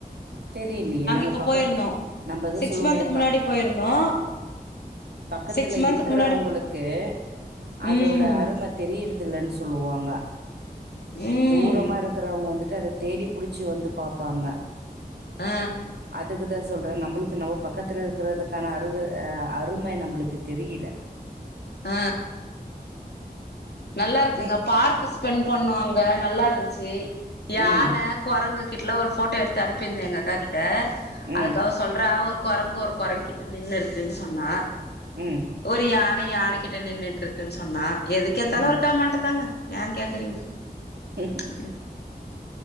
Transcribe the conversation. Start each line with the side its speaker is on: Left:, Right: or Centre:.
Right: தெரிலியே நாங்க
Left: இப்ப
Right: பக்க
Left: போயிருந்தோ
Right: நம்ப தா
Left: சிக்ஸ்
Right: சொல்லுமே
Left: மந்த்துக்கு
Right: பா
Left: முன்னாடி போயிருந்தோ
Right: பக்கத்துல
Left: சிக்ஸ் மந்த்துக்கு
Right: இருக்குறவங்களுக்கு
Left: முன்னாடி ம்
Right: அதோட அரும தெரியிறதுல்லன் சொல்லுவாங்க
Left: ம்
Right: தூரமாக இருக்குறவங்க வந்துட்டு அது தேடி புடிச்சி வந்து பாப்பாங்க
Left: ஆ
Right: அதுக்குதா சொல்றே நம்ளுக்கு நம்ம பக்கத்துல இருக்குறதுக்கான அருக அ அருமை நம்ளுக்கு தெரியில
Left: ஆ நல்லாருக்குங்க
Right: ஏ
Left: பார்க்கு ஸ்பெண்ட் பண்ணோ அங்க நல்லாருந்துச்சு யான
Right: ம்
Left: குரங்கு கிட்டலா ஒரு ஃபோட்டோ எடுத்து அனுப்பிருந்தேங்க அக்கா கிட்ட
Right: ம்
Left: அதுக்கு அவ சொ சொல்றா ஒரு குரங்கு ஒரு குரங்கு கிட்ட நின்னு இருக்குன்னு சொன்னா
Right: ம்
Left: ஒரு யான யானைகிட்ட நின்னுட்ருக்குன் சொன்னா எதுக்கேத்தாலு
Right: ம்
Left: ஒரு கமெண்ட் தாங்க ஏன் கேக்குறிங்க
Right: ம்
Left: ம் <inaudible>